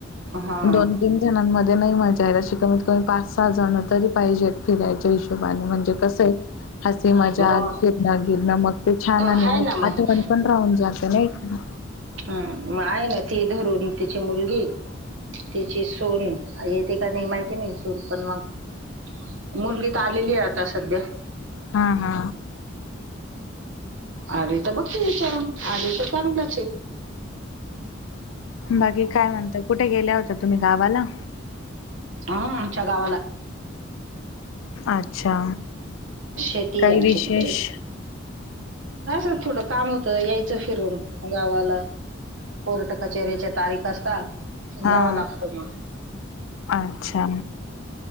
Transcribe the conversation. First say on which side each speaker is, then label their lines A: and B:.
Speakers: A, on the right; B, on the left.
A: हा
B: दोन तीन जणांमध्ये नाही मजा येत अशी कमीत कमी पाच सहा जण तरी पाहिजेत. त्याच्या हिशोबाने म्हणजे कसंये हसी,
A: अं,
B: मजाक, फिरण, गिरणं मग ते छान
A: अं,
B: आणि
A: आहे ना मग
B: आठवण पण राहून जाते नाही का?
A: हम्म मग आहे ना ती धरून तिची मुलगी तिची सुन येते की नाही माहित नाही सुन मग मुलगी तर आलेलीये आता सध्या
B: हा हा.
A: आली तर बघतेय विचारून आली तर चांगलंचये.
B: बाकी काय म्हणता? कुठे गेल्या होत्या तुम्ही गावाला?
A: हम्म आमच्या गावाला.
B: अच्छा.
A: शेतीये
B: काही
A: आमची
B: विशेष
A: तिकडे. असं थोडं काम होतं यायचं फिरून गावाला. कोर्ट कचेरीच्या तारीख असता
B: हा
A: जावा लागतो मग.
B: अच्छा.